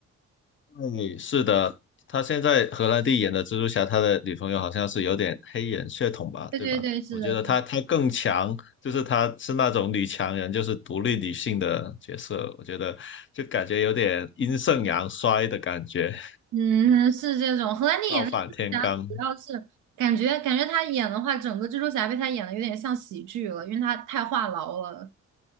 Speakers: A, on the left; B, on the right.
A: 对，是的，他现在荷兰弟演的蜘蛛侠，他的女朋友好像是有点黑人血统吧，
B: 对对对，
A: 对吧？
B: 是的。
A: 我觉得他他更强，就是他是那种女强人，就是独立女性的角色，我觉得就感觉有点阴盛阳衰的感觉，
B: 嗯，是这种。荷兰弟演的蜘蛛侠，
A: 倒反天罡。
B: 主要是感觉感觉他演的话，整个蜘蛛侠被他演的有点像喜剧了，因为他太话痨了。